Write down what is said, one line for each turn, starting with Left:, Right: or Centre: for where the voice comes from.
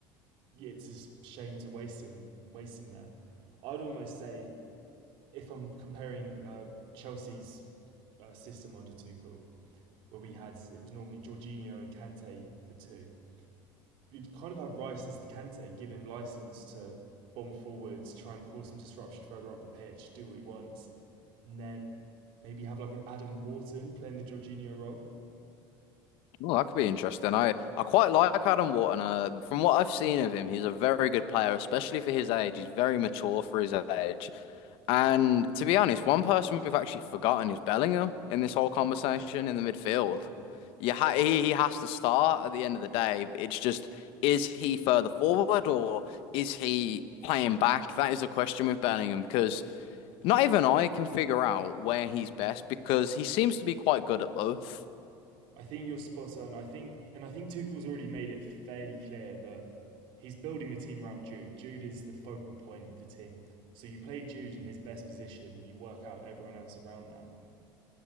Right: Yeah, it's a shame to waste him, waste him there. I'd almost say if I'm comparing uh, Chelsea's uh, system under Tuchel, where we had it was normally Jorginho and Kante for two. You'd kind of have Rice as the Kante, give him license to bomb forwards, try and cause some disruption further up the pitch, do what he wants and then maybe have like an Adam Wharton playing the Jorginho role.
Left: Well, that could be interesting. I, I quite like Adam Wharton. Uh, from what I've seen of him, he's a very good player, especially for his age. He's very mature for his age. And to be honest, one person we've actually forgotten is Bellingham in this whole conversation in the midfield.
Right: Mm-hmm.
Left: You ha he, he has to start at the end of the day. It's just, is he further forward or is he playing back? That is the question with Bellingham because not even I can figure out where he's best because he seems to be quite good at both.
Right: I think you're spot on. I think, and I think Tuchel's already made it fairly clear that he's building the team around Jude. Jude is the focal point of the team. So you play Jude in his best position and you work out everyone else around that.